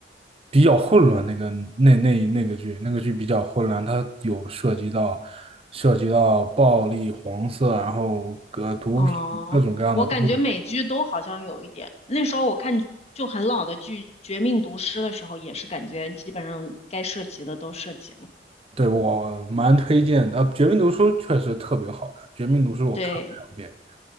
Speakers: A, on the right; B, on the left.
A: 比较混乱，那个那那那个剧，那个剧比较混乱，它有涉及到涉及到暴力、黄色，然后呃毒品各种各样的都有。
B: 哦，我感觉美剧都好像有一点。那时候我看就很老的剧《绝命毒师》的时候，也是感觉基本上该涉及的都涉及了。
A: 对，我蛮推荐的，呃，《绝命毒书》确实特别好看，《绝命毒书》我看了两遍，
B: 对